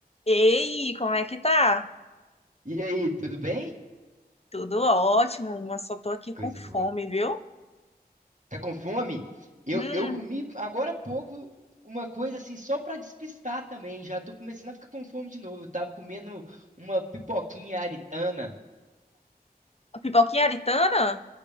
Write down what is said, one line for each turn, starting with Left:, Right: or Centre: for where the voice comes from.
Left: Ei, como é que tá?
Right: E aí, tudo bem?
Left: Tudo ótimo, mas só tô aqui
Right: Coisa
Left: com fome,
Right: boa.
Left: viu?
Right: Tá com fome? Eu,
Left: Hum,
Right: eu comi agora há pouco uma coisa assim, só pra despistar também. Já tô começando a ficar com fome de novo. Eu tava comendo uma pipoquinha aritana.
Left: a pipoquinha aritana?